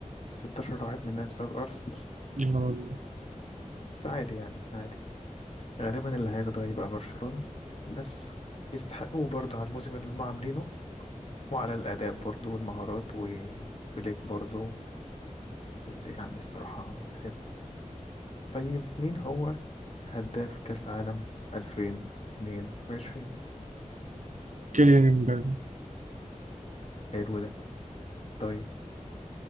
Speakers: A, on the left; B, on the right.
A: ستاشر واحد مننا بسبب أرسنال
B: لا والله
A: بس عادي يعني عادي غالبا اللي هياخده هيبقى برشلونة بس يستحقوه برضه على الموسم اللي هم عاملينه وعلى الأداء برضه والمهارات وفليك برضه يعني الصراحة حلو طيب مين هو هداف كأس عالم 2022
B: كيليان امبابي
A: حلو ده طيب